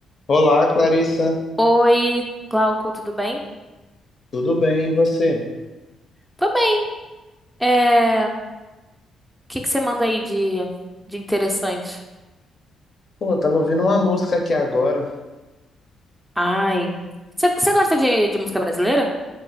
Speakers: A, on the left; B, in the centre.
A: Olá, Clarissa.
B: Oi, Glauco, tudo bem?
A: Tudo bem, e você?
B: Tô bem. É, o que que você manda aí de, de interessante?
A: Pô, eu tava ouvindo uma música aqui agora.
B: Ai, você você gosta de, de música brasileira?